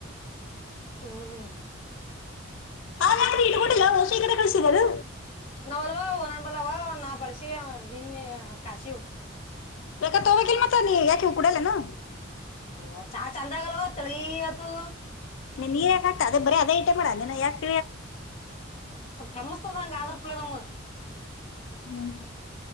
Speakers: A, on the left; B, on the left.
A: ಹ್ಮ್
B: ಹಾಗಾದ್ರೆ ಇಟ್ಕೊಂಡಿಲ್ಲ ಹೊಸ ಈ ಕಡೆ ಕಳಿಸಿದ ಅದು
A: ನ ಬಲವಾ ನ ಬಲವಾ ನಾ ಬಳ ಶಿವ ನಿನ್ನೆ ಕಾಶಿವ್
B: ಬೇಕ ತ ಹ್ಬೇಕಕಲ್ ಮಾತ್ರ ನೀ ಯಾಕವ ಕೂಡಲ್ಲನು
A: ಹ್ಮ ಚಾ ಚಾಂದಾಗಲ್ಲ ಹೊ ತ ಈತು
B: ನೀನ್ ನೀ ಯಾಕೆ ಆಗ್ತಾ ಅದೇರೀ ಅದ ಐಟ್ ಮಾಡಣ ಯಾಕ
A: ಕೆಮ್ಮಿಸತದಂಗ ಅದ್ರ ಪಿಲೆ ನಮ್ಮ
B: ಹ್ಮ್